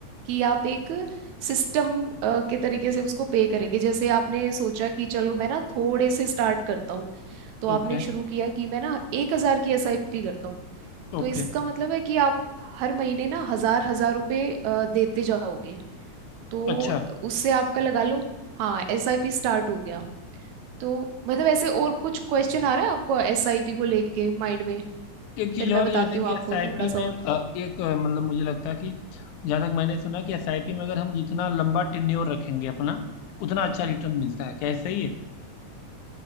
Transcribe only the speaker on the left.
ओके
ओके
अच्छा
एक चीज
और
जैसे कि
एसआईपी
में
अ, एक अ, मतलब मुझे लगता है कि जहां तक मैंने सुना कि एसआईपी में अगर हम जितना लंबा टेन्योर रखेंगे अपना उतना अच्छा रिटर्न मिलता है क्या ये सही है